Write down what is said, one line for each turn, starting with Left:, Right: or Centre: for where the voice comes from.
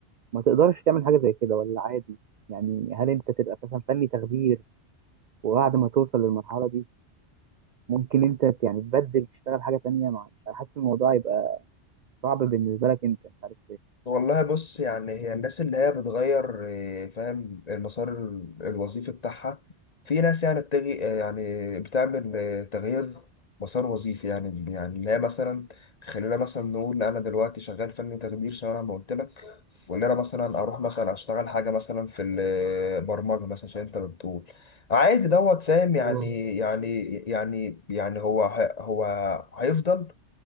Right: ما تقدرش تعمل حاجه زي كده ولا عادي يعني هل انت تبقى مثلا فني تخدير وبعد ما توصل للمرحله دي ممكن انت ت- يعني تبدل تشتغل حاجه تانية مع مش عارف، حاسس إن الموضوع يبقى صعب بالنسبه لك انت مش عارف
Left: والله بص يعني هي الناس اللي هي بتغير آه، فاهم المسار ال- الوظيفي بتاعها في ناس يعني بتجي آه، يعني بتعمل آه، تغيير مسار وظيفي يعني يعني اللي هي مثلا خلينا مثلا نقول انا دلوقتي شغال فني تخدير شبه ما قلت لك وان انا مثلا اروح مثلا اشتغل حاجه مثلا في البرمجه مثلا عشان انت بتقول عادي دوت فاهم
Right: ليه
Left: يعني يعني يعني يعني هو ه- هو هيفضل